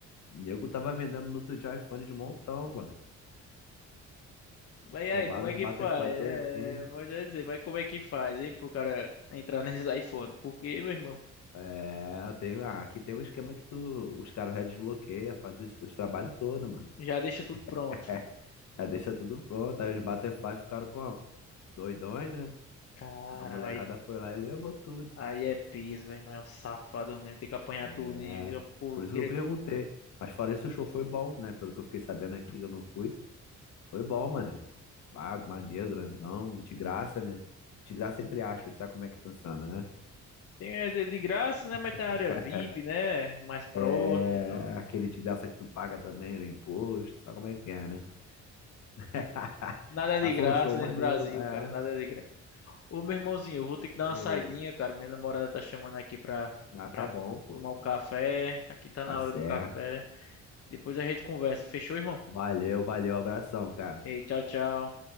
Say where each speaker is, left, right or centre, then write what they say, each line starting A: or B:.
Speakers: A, on the left (about 70°); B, on the left (about 50°).
A: nego tava vendendo no outro dia iPhone de montão, mano.
B: Mas
A: Roubaram
B: e aí, como é
A: os
B: que
A: Butterfly
B: faz? É,
A: todinho.
B: mas eu ia dizer, mas como é que faz, hein, pro cara entrar nesses iPhone? Porque, meu irmão,
A: É, tem, ah, aqui tem um esquema que tu, os caras já desbloqueia, faz os, os trabalhos todos, mano.
B: já deixa tudo pronto.
A: <laughs> Já deixa tudo pronto. Aí os Butterfly ficaram como? Doidões, né?
B: Cara,
A: A molecada foi lá e levou tudo.
B: Aí é piso, velho, mas é um safado mesmo. Tem que apanhar
A: É,
B: tudo, hein? viu? Pô,
A: por
B: eu
A: isso
B: queria...
A: que eu perguntei. Mas fora isso, o show foi bom, né? Pelo que eu fiquei sabendo aqui, eu não fui. Foi bom, mano. Vago, maneiro, grandão, de graça, né? De graça entre aspas, sabe como é que funciona, né?
B: Tem é de de graça, né?
A: <laughs>
B: Mas tem a área VIP, né? Mais próximo,
A: É,
B: então...
A: aquele de graça que tu paga também no imposto, sabe como é que é, né? <laughs>
B: Nada de
A: Mas
B: graça
A: foi um show
B: nesse
A: maneiro,
B: Brasil,
A: é.
B: cara. Nada de graça. Ô, meu irmãozinho, eu vou ter que dar
A: O...
B: uma saidinha, cara. Minha namorada tá chamando aqui pra,
A: Ah, tá
B: pra
A: bom, pô.
B: tomar um café. Aqui tá
A: Tá
B: na
A: certo.
B: hora do café. Depois a gente conversa. Fechou, irmão?
A: Valeu, valeu, abração, cara.
B: Ei, tchau, tchau.